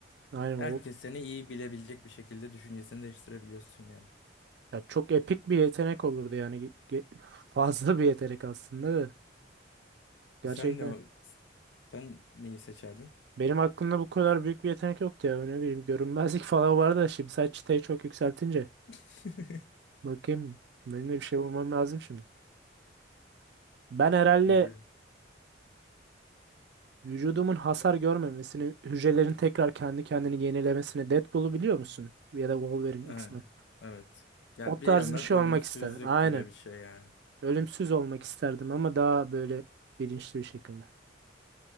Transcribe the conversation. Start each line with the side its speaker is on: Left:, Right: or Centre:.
Right: aynen
Left: Herkes
Right: o
Left: seni iyi bilebilecek bir şekilde düşüncesini değiştirebiliyorsun yani.
Right: ya çok epik bir yetenek olurdu yani Ge- ge- fazla bir yetenek aslında da gerçekten
Left: Sen ne o- sen neyi seçerdin?
Right: Benim aklımda bu kadar büyük bir yetenek yoktu ya. Ne bileyim görünmezlik <laughs> falan vardı da şimdi sen çıtayı çok yükseltince.
Left: <laughs>
Right: Bakayım benim de bir şey bulmam lazım şimdi. Ben herhalde
Left: De-
Right: vücudumun hasar görmemesini, hücrelerin tekrar kendi kendini yenilemesini Deadpool'u biliyor musun? Ya da Wolverine,
Left: Ha,
Right: X-Men.
Left: Evet. Ya
Right: O
Left: bir
Right: tarz
Left: yandan
Right: bir şey
Left: ölümsüzlük
Right: olmak isterdim. Aynen.
Left: gibi bir şey yani.
Right: Ölümsüz olmak isterdim ama daha böyle bilinçli bir şekilde.